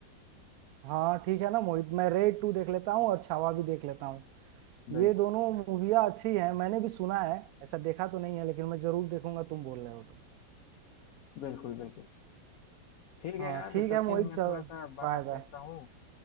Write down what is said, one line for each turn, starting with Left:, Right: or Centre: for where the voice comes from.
Right: हाँ ठीक है ना मोहित मैं रेड टू देख लेता हूँ और छावा भी देख लेता हूँ
Left: बिल्कुल
Right: ये दोनों मूवियाँ अच्छी हैं मैंने भी सुना है ऐसा देखा तो नहीं है लेकिन मैं जरूर देखूंगा तुम बोल रहे हो तो
Left: बिल्कुल बिल्कुल ठीक है
Right: हाँ
Left: यार
Right: ठीक
Left: सचिन
Right: है मोहित
Left: मैं
Right: चल
Left: थोड़ा सा बाहर
Right: बाय बाय
Left: चलता हूँ